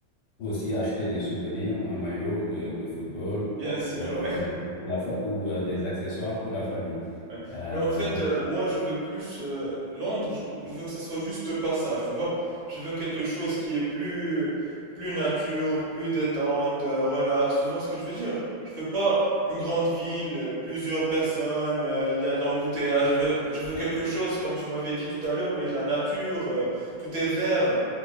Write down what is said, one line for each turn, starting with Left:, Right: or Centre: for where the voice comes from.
Left: aussi acheter des souvenirs, un maillot de, de football
Right: bien sûr,
Left: euh,
Right: ouais.
Left: ou, ou pour la fa- ou, euh, des accessoires pour la famille.
Right: Ouais.
Left: Euh,
Right: Mais en fait,
Left: donc
Right: euh, moi, je veux plus euh, Londres. Je, je veux que ça soit juste passage, tu vois. Je veux quelque chose qui est plus, plus nature, plus détente, euh, relax. Tu vois ce que je veux dire? Je veux pas une grande ville, euh, plusieurs personnes, euh, il y a de l'embouteillage. Je veux, je veux quelque chose, comme tu m'avais dit tout à l'heure, où il y a de la nature, euh, tout est vert.